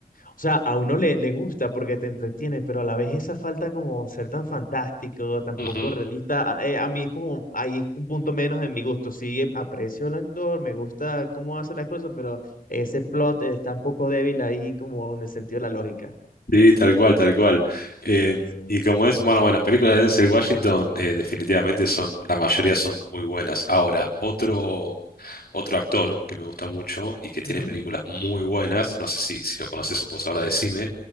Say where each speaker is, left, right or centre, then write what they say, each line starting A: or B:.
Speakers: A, on the left (about 65°); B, on the left (about 80°).
A: O sea, a uno le, le gusta porque te entretiene, pero a la vez esa falta como ser tan fantástico, tan
B: Ujú.
A: poco realista, a, eh, a mí es como, ahí es un punto menos en mi gusto. Sí, eh, aprecio al actor, me gusta cómo hace las cosas, pero ese plot eh, está un poco débil ahí como en el sentido de la lógica.
B: Sí, tal cual, tal cual. Eh,
A: Sí.
B: y como es, bueno, bueno, películas de Denzel Washington eh, definitivamente son, la mayoría son muy buenas. Ahora, otro, otro actor que me gusta mucho y que tiene
A: Ujú.
B: películas muy buenas, no sé si, si lo conoces o pues ahora decime,